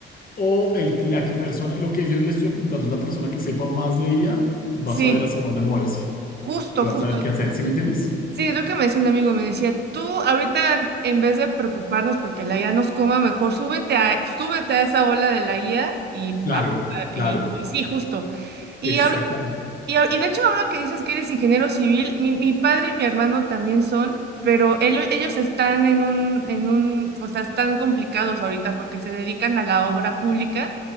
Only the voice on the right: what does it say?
sí,
justo,
justo.
Sí, es lo que me decía un amigo, me decía, tú ahorita en vez de preocuparnos porque la IA nos coma, mejor súbete a, súbete a esa ola de la IA y, pa-
y,
y sí, justo. Y
ahorita Y, a- y de hecho, ahora que dices que eres ingeniero civil, mi, mi padre y mi hermano también son, pero elo- ellos están en un, en un, o sea, están complicados ahorita porque se dedican a la obra pública